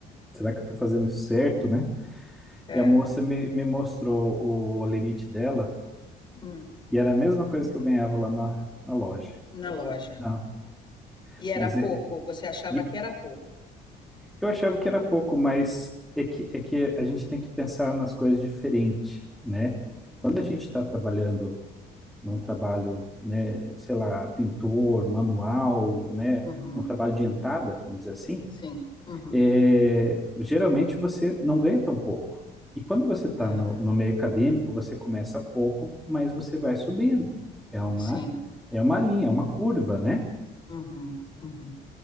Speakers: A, in the centre; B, on the left (about 30°).
A: será que eu tô fazendo isso certo, né?
B: É,
A: E a moça me, me mostrou o holerite dela
B: hum,
A: e era a mesma coisa que eu ganhava lá na, na loja.
B: na
A: Eu
B: loja.
A: falei, não,
B: E era
A: mas
B: pouco,
A: é-
B: você achava
A: e
B: que era pouco.
A: eu achava que era pouco, mas é que, é que a gente tem que pensar nas coisas diferente, né?
B: Uhum,
A: Quando a gente está trabalhando num trabalho, né, sei lá, pintor, manual, né,
B: uhum,
A: um trabalho de entrada, vamos dizer assim,
B: sim. Uhum.
A: é, geralmente você não ganha tão pouco. E quando você está
B: Ah,
A: no, no meio acadêmico, você começa pouco, mas você vai subindo. É uma,
B: sim.
A: é uma linha, é uma curva, né?
B: Uhum, uhum.